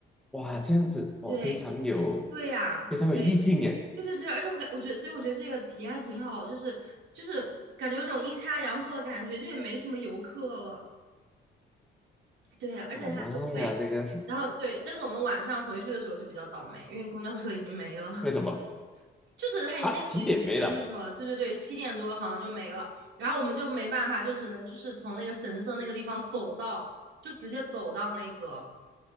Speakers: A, in the centre; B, on the right.
A: 哇这样子哇非常有
B: 对，对呀、
A: 非常有意境耶。
B: 对。对对对，而且我感我觉得，所以我觉得这个体验还挺好的就是就是感觉有种阴差阳错的感觉，就也没什么游客了。对，而且它周围，
A: 哇妈呀，这个
B: 然后对，但是我们晚上回去的时候就比较倒霉，因为公交车已经没了。
A: <laughs> 为什么
B: 就是他那个年龄停运了，
A: 啊？几点没了？
B: 对对对，七点多好像就没了，然后我们就没办法，就只能就是从那个神社那个地方走到，就直接走到那个，